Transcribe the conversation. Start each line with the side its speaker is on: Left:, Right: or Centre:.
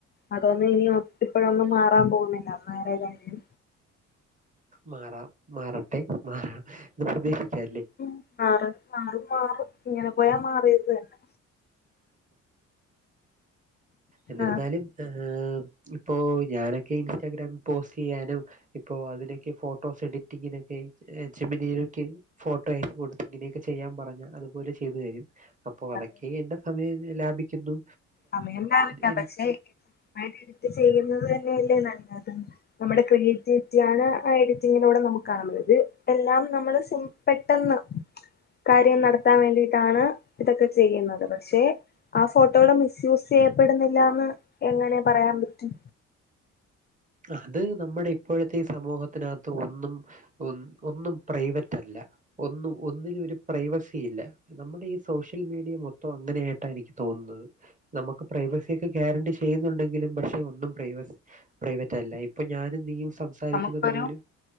Left: അതൊന്നും ഇനി ഒ ഇപ്പോഴൊന്നും മാറാൻ പോകുന്നില്ല അന്ന് വേറെ കാര്യം
Right: മാറാം മാറട്ടെ മാറാം എന്ന് പ്രതീക്ഷിക്കാല്ലേ?
Left: ഉം മാറ മാറും മാറും ഇങ്ങനെ പോയാ മാറിയതു തന്നെ
Right: എന്നിരുന്നാലും
Left: ആഹ്
Right: ഏഹ് ഇപ്പോ ഞാനൊക്കെ ഇൻസ്റ്റാഗ്രാമിൽ പോസ്റ്റ് ചെയ്യാനും ഇപ്പോ അതിലൊക്കെ ഫോട്ടോസ് എഡിറ്റിങ്ങിനൊക്കെ എഹ് ജെമിനിയിലൊക്കെ ഫോട്ടോ അയച്ച് കൊടുത്ത് ഇങ്ങനെയൊക്കെ ചെയ്യാൻ പറഞ്ഞ അതുപോലെ ചെയ്തു തരും അപ്പൊ അതൊക്കെ
Left: അതെ
Right: എന്റെ സം മയങ്ങനെ ലാഭിക്കുന്നു
Left: സമയം ലാവിക്കാം
Right: എനിക്ക്
Left: പക്ഷെ <unintelligible> മായിട്ട് എഡിറ്റ് ചെയ്യുന്നത് തന്നെയല്ലേ നല്ലത് നമ്മുടെ ക്രിയേറ്റിവിറ്റിയാണ് ആ എഡിറ്റിങ്ങിലൂടെ നമുക്ക് കാണുന്നത് ഇത് എല്ലാം നമ്മള് സിം പെട്ടന്ന് കാര്യം നടത്താൻ വേണ്ടിയിട്ടാണ് ഇതൊക്കെ ചെയ്യുന്നത് പക്ഷെ ആ ഫോട്ടോയുടെ മി സ്യൂസ് ചെയ്യപ്പെടുന്നില്ലാന്ന് എങ്ങനെ പറയാൻ പറ്റും?
Right: അത് നമ്മുടെ ഇപ്പോഴത്തെ ഈ സമൂഹത്തിനാത്ത് ഒന്നും ഒൻ ഒന്നും പ്രൈവറ്റ് അല്ല ഒന്നും ഒന്നിനും ഒരു പ്രൈവസി ഇല്ല നമ്മുടെ ഈ സോഷ്യൽ മീഡിയ മൊത്തം അങ്ങനെ ആയിട്ടാ എനിക്ക് തോന്നുന്നത്. നമുക്ക് പ്രൈവസിയൊക്കെ ഗ്യാരണ്ടി ചെയ്യുന്നുണ്ടെങ്കിലും പക്ഷെ ഒന്നും പ്രൈവസി പ്രൈവറ്റ് അല്ല ഇപ്പൊ ഞാനും നീയും സംസാരിക്കുന്നത്
Left: നമുക്കൊരു
Right: പോലും